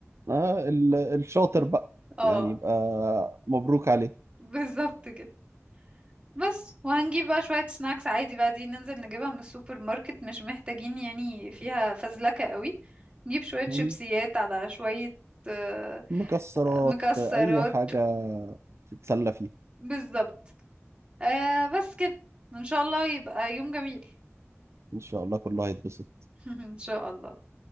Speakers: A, on the right; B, on the right.
A: آه ال- الشاطر بقى
B: اه
A: يعني يبقى مبروك عليه
B: بالظبط كده بس وهنجيب بقى شوية سناكس عادي بقى دي ننزل نجيبها من السوبر ماركت مش محتاجين يعني فيها فزلكة قوي نجيب شوية
A: مم.
B: شيبسيات على شوية آه،
A: مكسرات
B: مكسرات
A: أي حاجة تتسلى فيها
B: بالظبط آه بس كده ان شاء الله يبقى يوم جميل
A: إن شاء الله كله هيتبسط
B: <laughs> ان شاء الله